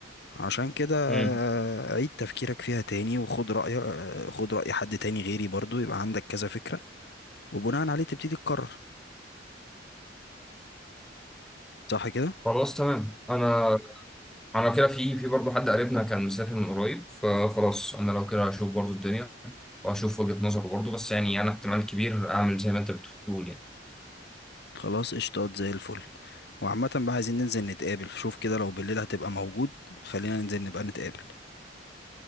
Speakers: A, on the left; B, in the centre.
A: عشان كده
B: امم
A: آه، عيد تفكيرك فيها تاني وخد رأي آه، خد رأي حد تاني غيري برضو يبقى عندك كذا فكرة وبناء عليه تبتدي تقرر صح كده
B: خلاص تمام انا انا كده في في برضه حد قريبنا كان مسافر من قريب فخلاص انا لو كده هشوف برضه الدنيا وهشوف وجهة نظره برضه بس يعني انا احتمال كبير اعمل زي ما انت بتقول يعني
A: خلاص قشطات زي الفل وعامة بقى عايزين ننزل نتقابل شوف كده لو بالليل هتبقى موجود خلينا ننزل نبقى نتقابل